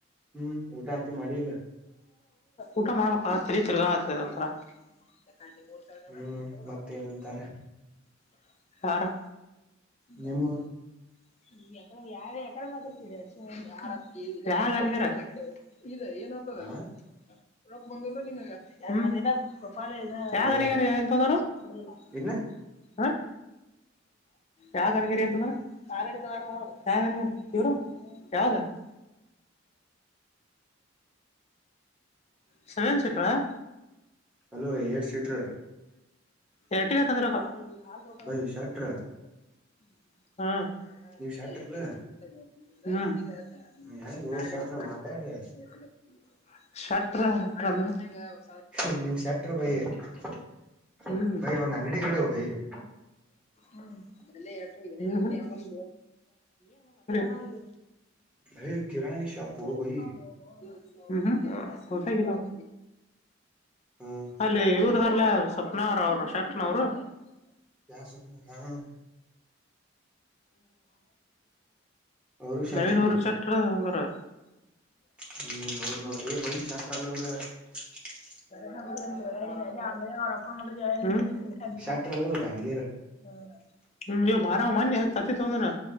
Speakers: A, in the centre; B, on the left.
A: ಹ್ಮ್, ಊಟ, ಹತಿ, ಮಾಡಿಲ್ಲ. <inaudible>
B: ಊಟ, ಮಾಡ್ಬೇಕ ತಿರಿ ತಿರ್ಗಾ ಆತದಂತ್ರ. <unintelligible> ಅಲ್ಲಿ ನೋಡ್ತಾ ಇದ್ರು
A: ಹ್ಮ್
B: ಹೋಗುನಾರೂ,
A: ಮತ್ತ
B: ಅನ್ಸುತ್ತೆ.
A: ಏನಂತಾರ
B: <unintelligible> ಯಾರು, ಗಾಂಧಿಯವರು.
A: ನಿಮ್ಮೂರ್
B: <unintelligible> ಯಾಕ್, ಯಾವ್ಕಡೆ, ಯಾಕಡೆ, ಮತ್ಯಾಡುತಾಧಿ, ಯಾರು, ಅತಿ, ಹೇಳಕಡ್ಡೆ. <unintelligible> ಈಗ ಏನು ಓದ್ತಾ ಇದ್ದಾರು,
A: ಆ
B: ರೊಕ್ ಬಂದಿಲ್ಲ ನಿನಗೆ, ಒಂದುದಿನ. <unintelligible>
A: ಹಲೋ
B: ಯಾವ ಇಯರ್ ಏನ್ ಅಣುತಾನ್ದ್ರೂ. <unintelligible>
A: ಇನ್ನ
B: ಹ, ಯಾದಗಿರಿ ಅಂತಾಲನ. <unintelligible> ಹಾಡು ಹಿಡಿತಾರ ಅಂತ ನೋಡೋದು, ಯಾರು ಇವರು, ಯಾವ್ದು. <unintelligible> <unintelligible> <inaudible> Second speaker. <unintelligible>
A: ಹಲೋ, ಎಸ್ಟು, ಸಿಟ್? <inaudible>
B: ಇಟ್ಟಿಗೆ, ತಂದ್ರಕ, ಹ್ಮ. <unintelligible>
A: ಬೈ ಶಟ್ರ
B: ಹಾ, ಹಾ
A: ನೀವ್ ಶಟ್ರಲ್ಲ
B: ಇಟ್ಟಿಗೆ, ಒಂದು, ಇತು, ನೆಟ್ಟಗೆ? <unintelligible>
A: ಹೆಂಗ
B: ಕಾರ್ಗಡಿಗೆ,
A: ಶಟ್ರ
B: ಎಸ್, ಎಂ,
A: ಮಾತಾಡ್ರಿ
B: ಎಸ್, ಎಸ್. ಬಂತ್, ಶಾರ್ಟ್ಪೆರಿಯಡ್, ಅನುತ. <unintelligible>
A: ಏ, ನಿಮ್, ಶಾರ್ಟ್ ಡ್ರೈವರ್. <unintelligible> ಬೈಗೆ,
B: ಹ್ಮ್
A: ಬೈ ಒಂದು ಅಂಗಡಿ ಇಡ್ಡು, ಭೈ? <inaudible>
B: ಹ್ಮ, ಹೇಳಹೇಳುತಿನಿ, ಏನುಮಾಡುಧಾ, ಅಂಗಡಿಯವನು. <unintelligible> ನಾವು,
A: ಬೈ ಕಿರಾಣಿ ಶಾಪ್
B: ಹೆಗ್ಹಂಗಾ,
A: ಬೈ
B: ಹೂಹೂ. <unintelligible> ಹೂ, ಅರ್ಥಾಗಿಲ್ಲ, ನಾವು
A: ಹಾ
B: ಅಲ್ಲಿ, ಉರಿದಾಗ? <unintelligible> ಸ್ವಪ್ನಾ, ಅವ್ರ ಅವ್ರು ಶಟ್ನ್ ಅವರು. <unintelligible>
A: ಯಾವ, ಸ್ವಪ್ನ, ಹಾ? <inaudible> ಅವರು ಶಟ್ರು
B: ಅದೇ, ನೋಡು,
A: ಬೈ
B: ಶೆಟ್ಟರು, ನಂಬರ್. <unintelligible>
A: ಹ್ಮ್, ಹೌದ್ ನೋಡ್ರಿ! ಬೈ ಶಟ್ರು ಅಲ್ಲಿ, ಅವರೆ? <unintelligible>
B: ಅದೆ, ಅವರು, ಹೇಳೋದು, ಅವರು, ಅಪ್ಪಾ, ಮುಂದುಕೆ, ಹೇಳಿದು. <unintelligible>
A: ಶಾಸ್ತ್ರ ಅಲ್ಲವ್ರ ಗಾಂಗೇರ್
B: ಹ, ಹ್ಮ್, ಬಾರೋ ಮನೆ, ಅಕ್ಕಿ ತಂದರಾಳ,